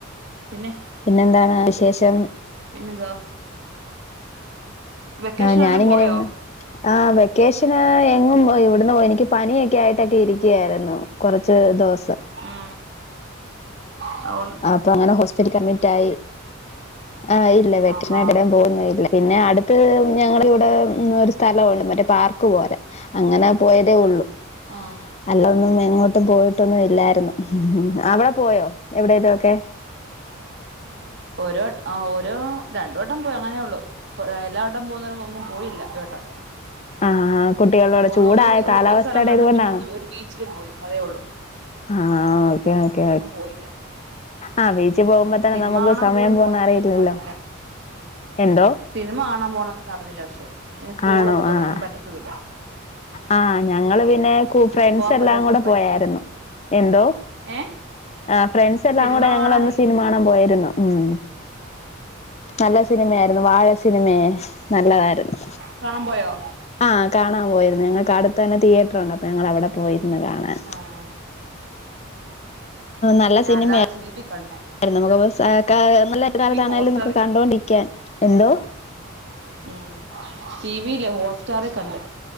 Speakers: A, on the right; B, on the left.
A: പിന്നെ
B: പിന്നെന്താണ് വിശേഷം
A: പിന്നെന്താ വെക്കേഷൻ
B: ഹ് ഞാനിങ്ങനെയൊന്ന്
A: എല്ലാം പോയോ
B: ആഹ് വെക്കേഷന് എങ്ങും ഇവ്ട്ന്ന് പോ എനിക്ക് പനിയൊക്കെ ആയിട്ടൊക്കെ ഇരിക്ക്യയായ്ര്ന്നു കുറച്ച് ദിവസം
A: ഏ സൗ
B: ആഹ് അപ്പൊ അങ്ങനെ ഹോസ്പിറ്റ് അഡ്മിറ്റ് ആയി ആഹ് ഇല്ല വെക്ഷണായിട്ട്
A: ആഹാ
B: എടേം പോയൊന്നും ഇല്ല പിന്നെ അട്ത്ത് ഞങ്ങളെ ഇവിടെ ഒരു സ്ഥലമവു ണ്ട് മറ്റേ പാർക്ക് പോലെ അങ്ങനെ പോയതേ ഉള്ളു
A: ആഹ്
B: അല്ല ഒന്നും എങ്ങ്ട്ടും പോയിട്ടൊന്നും ഇല്ലാരുന്നു അവടെ പോയോ എവിടേലും ഒക്കെ
A: ഓരോ ആഹ് ഓരോ രണ്ട് വട്ടം പോയി അങ്ങനെ ഉള്ളു എല്ലാവട്ടം പോകുന്നാലും ഒങ്ങും പോയില്ല ഏട്ടം
B: ആഹ് കുട്ടികളുടെ
A: ഒന്ന്
B: ചൂടായ
A: ഒരു
B: കാലാവസ്ഥയുടെ
A: ഒരു സ്ഥലം കണ്ടു
B: ഇതുകൊണ്ടാണോ
A: പിന്നെ ഒന്ന് ഒരു ബീച്ചിലും പോയി അതേ ഉള്ളു
B: ആഹ് ഓക്കെ ഓക്കെ
A: പോയില്ല
B: ആഹ് ബീച്ചി പോവുമ്പൊ തന
A: സിനിമ
B: നമുക്ക്
A: കാണാൻ
B: സമയം
A: പോലും
B: പോവ്ന്ന
A: പോണംന്ന്
B: അറിയില്ലല്ലൊ
A: വിചാരിച്ച് നടന്നില്ല
B: എന്തോ
A: സിനിമ കാണാൻ പോണ വെച്ച നടന്നില്ല പക്ഷെ ഈ സ്കൂളൊക്കെ
B: ആണോ
A: തുടങ്ങിനും
B: ആഹ്
A: പറ്റത്തൂല്ല
B: ആഹ് ഞങ്ങള് പിന്നെ കൂ ഫ്രൺസ്
A: പ
B: എല്ലാം കൂട
A: പറ്റിയില്ല
B: പോയാരുന്നു എന്തോ
A: ഏ
B: ആഹ് ഫ്രൺസ് എല്ലാം
A: സിനിമ
B: കൂടെ ഞങ്ങളന്ന്
A: കാണാനേ
B: സിനിമ കാണാൻ പോയിരുന്നു ഉം നല്ല സിനിമയായിരുന്നു വാഴ സിനിമേ നല്ലതായിരുന്നു
A: കാണാ പോയോ
B: ആഹ് കാണാ പോയിരുന്നു ഞങ്ങക്ക് അടുത്തെന്നെ തിയേട്ട്രുണ്ട് അപ്പൊ ഞങ്ങളവ്ടെ പോയിരുന്നു കാണാൻ
A: ആഹ്
B: നല്ല
A: ഞാ
B: സിനിമയായിരുന്നു
A: എല്ലാതും തീപിക്കണ്ട
B: <unintelligible> നമുക്ക്
A: ഹോട്ട്സ്റ്റാറിൽ
B: കണ്ടോണ്ടിരിക്കാൻ
A: കണ്ട്
B: എന്തോ
A: ഉം ട്ടീവീല് ഹോസ്റ്റാറി കണ്ട്